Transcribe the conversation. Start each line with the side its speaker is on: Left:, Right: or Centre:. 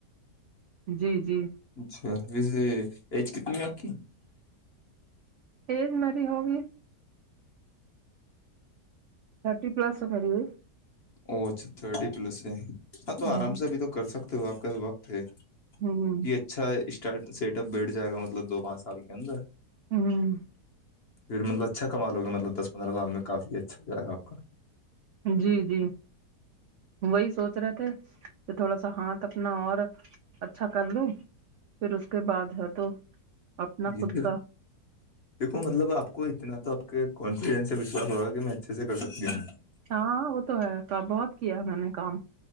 Right: جی جی
Left: اچھا ویسے ایج کتنی ہے آپ کی
Right: تز مری ہوگی تھرٹی پلس ر پیریے
Left: او اچھا تھرٹی پلس ہے ہاں تو
Right: ایج
Left: آرام سے اب تو کر سکتے ہو آپ کا وقت ہے
Right: ہوں ہ
Left: یہ اچھا اسٹار سیٹ اپ بیٹھ جائے گا مطلب دو پانچ سال کے اندر
Right: ہوں
Left: پھر مطلبچھام لوے مطلبس پندرہ سال میں کافی اچھا جائے گا آ کا
Right: جی جی وہی سوچ رہے تھے کہ تھوڑا سا ہاتھ اپنا اور اچھا کر لوں پھر اس کے بعد ہے تو اپنا
Left: جدو
Right: خود کا
Left: دیکو مطلب آپ کو اتنا تو آپ کے کانفیڈینس سے وشواس ہوگا کہ میں اچھے سے کر سکتی ہوں
Right: ہاں وہ تو ہے کا بہت کیا میں نے کام